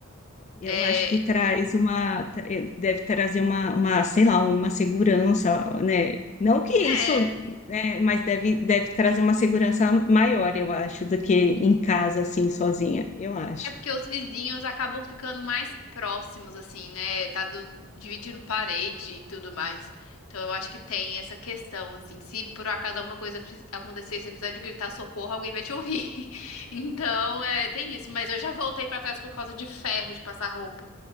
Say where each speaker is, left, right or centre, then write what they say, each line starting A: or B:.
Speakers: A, on the left; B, on the left.
A: Eu
B: É,
A: acho que traz uma, deve trazer uma, uma, sei lá, uma segurança, né? Não que isso,
B: é.
A: né, mas deve, deve trazer uma segurança maior, eu acho, do que em casa, assim, sozinha, eu acho.
B: É porque os vizinhos acabam ficando mais próximos, assim, né? Tá do- dividindo parede e tudo mais. Então eu acho que tem essa questão, assim. Se por acaso alguma coisa pre- acontecer, e você precisar de gritar socorro, alguém vai te ouvir. <laughs> Então, é, tem isso. Mas eu já voltei pra trás por causa de ferro de passar roupa.